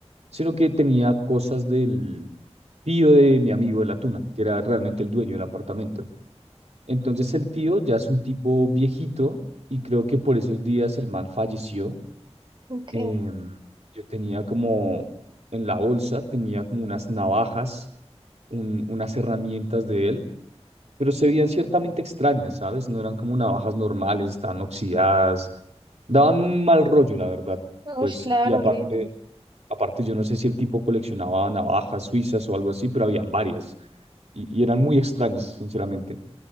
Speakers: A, on the right; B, on the right.
A: sino que tenía cosas del tío de mi amigo de la tuna, que era realmente el dueño del apartamento. Entonces el tío ya es un tipo viejito y creo que por esos días el man falleció.
B: ok.
A: Em, yo tenía como en la bolsa, tenía como unas navajas, un- unas herramientas de él pero se veían ciertamente extrañas, ¿sabes? No eran como navajas normales, estaban oxidadas, daban un mal rollo, la verdad. Pues,
B: Uy, claro,
A: y aparte,
B: horrible.
A: aparte yo no sé si el tipo coleccionaba navajas suizas o algo así, pero habían varias y, y eran muy extrañas, sinceramente.